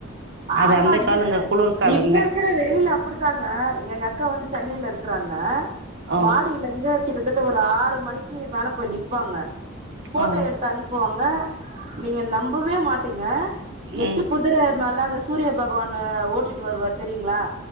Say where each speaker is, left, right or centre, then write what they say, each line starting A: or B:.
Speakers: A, on the right; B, on the right.
A: அது
B: ஆமாங்க
A: அந்த காலங்க, குளிர் காலங்க.
B: இப்ப இருக்கிற வெயிலஞல அப்படித்தாங்க எங்க அக்கா வந்து சென்னையில இருக்கிறாங்க
A: ஓ!
B: மாடியில இருந்து கிட்டத்தட்ட ஒருஆறு மணிக்கு ஆறு மேல போய் நிப்பாங்க போட்டோ
A: ஓ!
B: எடுத்து அனுப்புவாங்க நீங்க நம்பவே மாட்டீங்க எட்டு
A: ம்.
B: குதிர மேல அந்த சூரிய பகவான் ஓட்டிட்டு வருவார் தெரியுங்களா